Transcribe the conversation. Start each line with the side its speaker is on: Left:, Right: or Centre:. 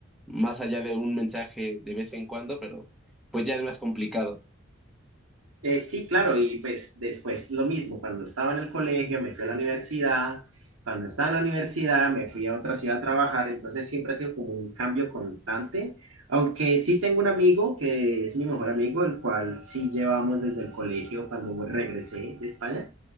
Centre: Más allá de un mensaje de vez en cuando, pero pues ya es más complicado.
Right: Eh, sí, claro, y pues después lo mismo, cuando estaba en el colegio me fui a la universidad, cuando estaba en la universidad me fui a otra ciudad a trabajar, entonces siempre ha sido como un cambio constante, aunque sí tengo un amigo que es mi mejor amigo, el cual sí llevamos desde el colegio cuando regresé de España.